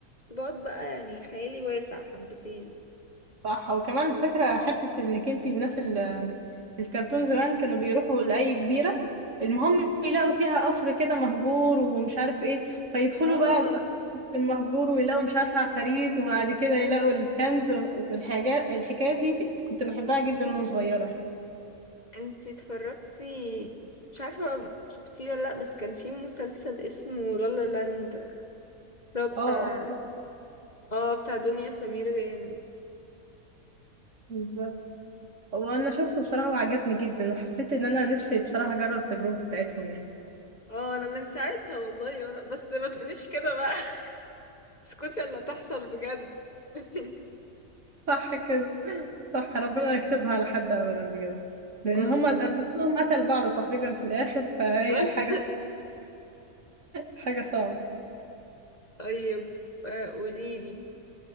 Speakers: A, on the left; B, on the right.
A: بقعد بقى يعني خيالي واسع حبتين
B: صح وكمان فاكره حته انك انت الناس اللي في الكرتون زمان كانوا بيروحوا لاي جزيره المهم يلاقوا فيها قصر كده مهجور ومش عارف ايه فيدخلوا
A: اه
B: بقى القصر المهجور ويلاقوا مش عارفه عفاريت وبعد كده يلاقوا الكنز والحاجات الحكايه دي كنت بحبها جدا وانا صغيره يعني
A: انتي اتفرجتي مش عارفة شفتيه ولا لأ بس كان في مسلسل اسمه لالا لاند اللي هو بتاع
B: اه اه
A: اه بتاع دنيا سمير غانم
B: بالظبط هو انا شفته بصراحة وعجبني جدا وحسيت ان انا نفسي بصراحة اجرب التجربة بتاعتهم يعني
A: اه انا من ساعتها والله وانا بس ما تقوليش كده بقى <laughs> اسكتي اللي تحصل بجد <laughs>
B: <laughs> صح كده صح ربنا يكتبها على حد ابدا بجد لان
A: اه
B: هما
A: والله
B: نصهم قتل بعض تقريبا في الاخر فهي
A: <laughs>
B: حاجة حاجة صعبة
A: طيب آه، قوليلي